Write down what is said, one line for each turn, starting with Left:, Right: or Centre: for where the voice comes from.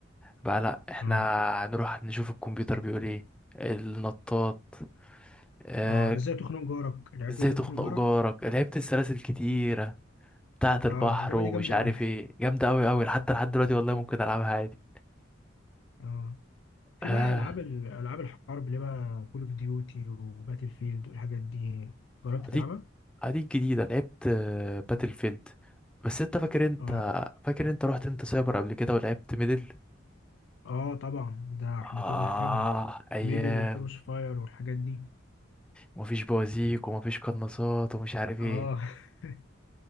Centre: بقى لا احنا
Left: اه
Centre: هنروح نشوف الكمبيوتر بيقول ايه النطاط آه
Left: اه ازاي تخنق جارك لعبت
Centre: ازاي
Left: ازاي
Centre: تخنق
Left: تخنق جارك
Centre: جارك لعبت السلاسل كتيرة بتاعة
Left: اه
Centre: البحر
Left: اللعبه
Centre: ومش
Left: دي جامده
Centre: عارف
Left: قوي
Centre: ايه جامدة اوي اوي حتى لحد دلوقتي والله ممكن العبها عادي
Left: <laughs> اه في
Centre: آه
Left: بقى العاب ال- العاب الحرب اللي بقى كول اوف ديوتي وباتل فيلد والحاجات دي جربت تلعبها
Centre: اديك اديك جديدة لعبت آه، باتل فيلد بس انت فاكر انت
Left: اه
Centre: فاكر انت رحت انت سايبر قبل كده ولعبت ميدل
Left: اه طبعا ده احنا
Centre: اه
Left: كنا بنخربها
Centre: ايام
Left: ميدل وكروس فاير والحاجات دي
Centre: ومفيش بوازيك ومفيش قناصات ومش عارف ايه
Left: اه <laughs>